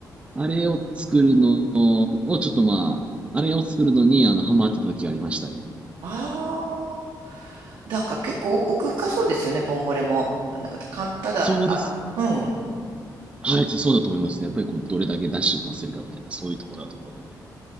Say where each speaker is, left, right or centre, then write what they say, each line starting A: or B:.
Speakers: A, on the right; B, on the right.
A: あれを作るのを、ちょっとまあ、あれを作るのに、あの、ハマってた時がありましたね。
B: ああ、なんか結構奥深そうですよね、ボンゴレも。あなんか、かん、ただ、
A: そうです。
B: あ、うん。
A: はい、そうだと思いますね。やっぱりこうどれだけ出汁を出せるかみたいな、そういうところだと思うので。